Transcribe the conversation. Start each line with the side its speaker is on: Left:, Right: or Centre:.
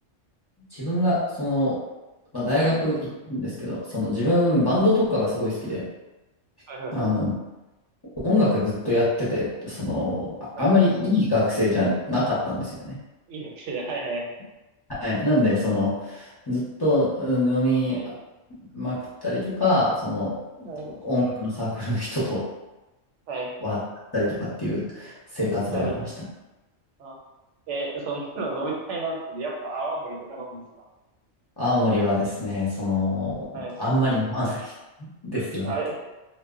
Left: 自分が、その、まあ、大学行ったんですけど、
Right: はい、
Left: その自分、バンドとかがすごい好きで、
Right: はい、はい、
Left: あの、
Right: はい、
Left: 音楽ずっとやってて、その、ああんまりいい学生じゃなかったんですよね。
Right: はい。いいですね。はい、はい、
Left: はい。なんで、その、ずっとうん飲み
Right: はい、
Left: まくったりとか、その、
Right: はい、
Left: 音楽のサークルの人と
Right: はい、
Left: はあったりとかっていう生活ではありましたね。
Right: はい。あ、えー、そんなの飲みたいなんですけど、やっぱ泡盛とか飲むんですか
Left: 青森はですね、その、
Right: はい。
Left: あんまり飲まない <laughs> ですよね。
Right: あれ、